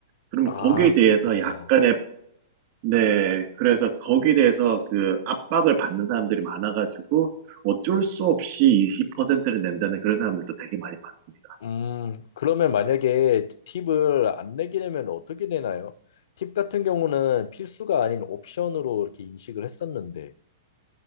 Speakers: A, on the right; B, on the left.
A: 그러면
B: 아,
A: 거기에 대해서
B: 그렇군요.
A: 약간의 네, 그래서 거기에 대해서 그 압박을 받는 사람들이 많아가지고 어쩔 수 없이 20%를 낸다는 그런 사람들도 되게 많이 봤습니다.
B: 음, 그러면 만약에 팁을 안 내게 되면 어떻게 되나요? 팁 같은 경우는 필수가 아닌 옵션으로 이렇게 인식을 했었는데.